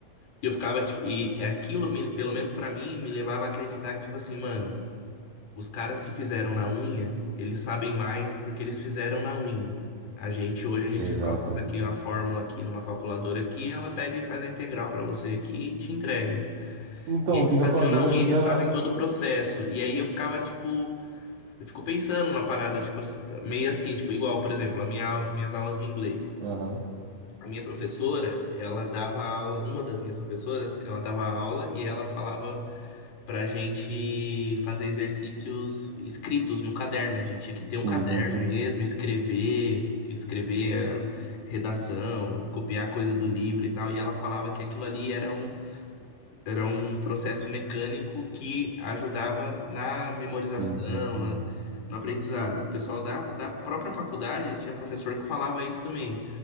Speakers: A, on the left; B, on the right.
A: E eu ficava tipo, e aquilo me- pelo menos pra mim me levava a acreditar que tipo assim, mano, os caras que fizeram na unha, eles sabem mais porque eles fizeram na unha. A gente hoje a gente
B: Exato.
A: joga aqui uma fórmula aqui numa calculadora aqui, ela pega e faz a integral pra você aqui e te entrega.
B: Então,
A: Eles
B: tem
A: faziam
B: calculadora
A: na unha
B: que
A: e eles
B: já.
A: sabem todo o processo. E aí eu ficava, tipo, eu fico pensando na parada, tipo, assim, meio assim, tipo, igual, por exemplo, a minha, au- minhas aulas de inglês.
B: Aham,
A: A minha professora, ela dava aula, uma das minhas professoras, ela dava aula e ela falava pra gente fazer exercícios escritos no caderno. A gente tinha que ter
B: Sim,
A: um caderno
B: sim, sim.
A: mesmo, escrever, escrever eh, redação, copiar coisa do livro e tal. E ela falava que aquilo ali era um era um processo mecânico que ajudava na memorização,
B: Sim, sim, sim.
A: né, no aprendizado. O pessoal da, da própria faculdade tinha professor que falava isso também.